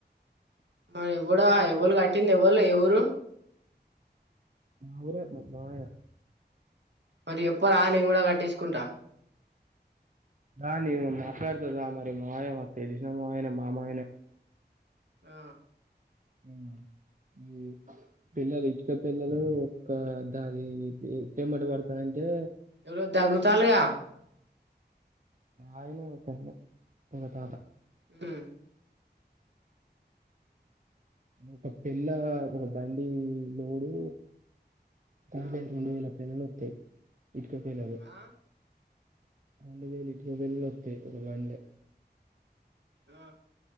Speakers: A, on the right; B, on the right.
A: మ ఎప్పుడు ఎవళ కట్టింది ఎవోళ ఎవురు
B: మా ఊరే మామయ్య
A: మరి చెప్పారా నేను కూడా కట్టించుకుంటా
B: ఆ నివ మాట్లాడుతాదా మరి మామయ్య మాక్ తెల్సినా మామయ్యనే మా మామయ్యనే
A: ఆ
B: మ్మ్ పిల్లలు ఇటుక పిల్లలు ఒక దాది చెమట పడతార అంటే
A: ఎవరో దగ్గుతాలుగా
B: ఆయనే ఒక ఒక తాత
A: హ్మ్
B: ఒక పిల్ల ఒక బండి లోడు తా
A: ఆ
B: పే రెండు వేల పేలాలు వస్తాయి ఇటుక పేలలు
A: ఆ
B: రొండూ వేల ఇటుక పేలలు వాతాయి ఒకే బాండ్యా
A: ఆ